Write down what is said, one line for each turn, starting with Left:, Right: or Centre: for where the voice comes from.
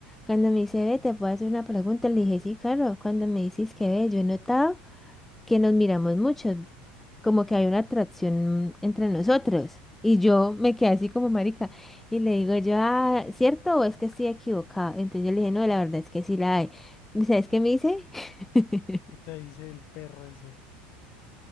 Centre: Cuando me dice, ve, te puedo hacer una pregunta, le dije, sí, claro. Cuando me dices que ve, yo he notado. que nos miramos mucho, como que hay una atracción entre nosotros. Y yo me quedé así como marica y le digo yo, ah, ¿cierto o es que estoy equivocada Entonces yo le dije, no, la verdad es que sí la hay. ¿Y sabes qué me dice? <laughs>
Left: ¿Qué te dice el perro ese?